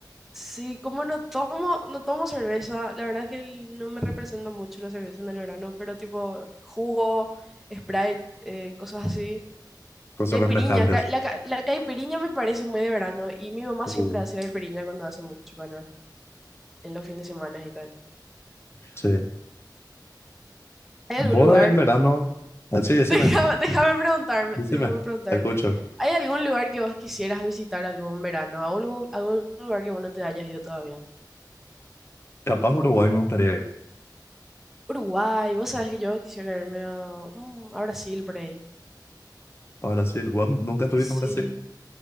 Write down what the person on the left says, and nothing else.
Cosas
refrescantes.
Uh,
sí.
Vos
en verano. Ah,
sí, decime,
decime.
Te escucho.
Capaz Uruguay me gustaría ir.
Ahora sí, vos nunca estuviste
en Brasil.